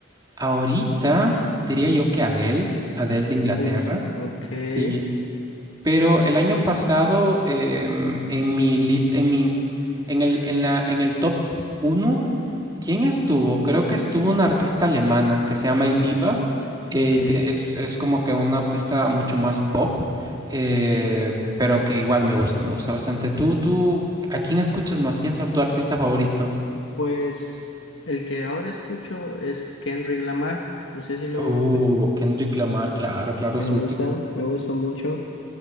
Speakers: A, on the right; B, on the left.
A: Ahorita diría yo que Adele, Adele de Inglaterra,
B: Uh, ok,
A: sí, pero el año pasado em, en mi list, en mi, en el, en la, en el top uno ¿quién estuvo? Creo que estuvo una artista alemana que se llama Iliva, eh,
B: ok.
A: tie- es, es como que una artista mucho más pop, eh, pero que igual me gusta, me gusta bastante. ¿Tú, tú, a quién escuchas más? ¿Quién es tu artista favorito?
B: Pues el que ahora escucho es Kendrick Lamar, no sé si lo
A: Oh,
B: ubico.
A: Kendrick Lamar, claro, claro,
B: Me
A: su
B: gusta,
A: último.
B: me gusta mucho.